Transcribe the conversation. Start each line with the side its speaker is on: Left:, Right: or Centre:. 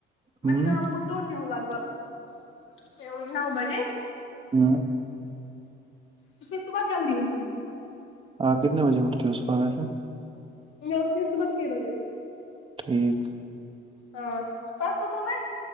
Right: ہوں
Left: میں شام کو سوتی ہ لگ بھگ نو بجے
Right: ہوں
Left: تو پھر اس کے بعد جلدی ہوٹتی ہ
Right: آپ کتنے بجے اٹھتی ہو اس ص کوح ویسے
Left: میںتی ہوں صبح چھ بجے
Right: ٹھیک
Left: ہاں پرسوں تو میں